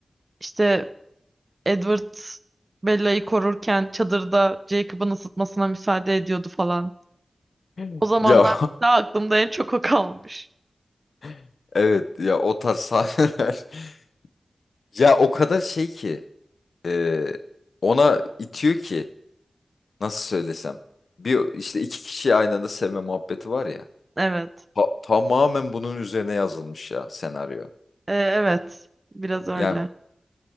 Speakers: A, on the right (about 35°); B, on the left (about 75°).
A: İşte Edward Bella'yı korurken çadırda Jacob'ın ısıtmasına müsaade ediyordu falan.
B: <laughs>
A: O zamanlar
B: Ya
A: daha aklımda en çok o kalmış.
B: <laughs> evet ya o tarz sahneler. <laughs> Ya o kadar şey ki e, ona itiyor ki nasıl söylesem. Bir işte iki kişi aynı anda sevme muhabbeti var ya.
A: Evet.
B: Ta- tamamen bunun üzerine yazılmış ya senaryo.
A: Ee, evet. Biraz öyle.
B: Yani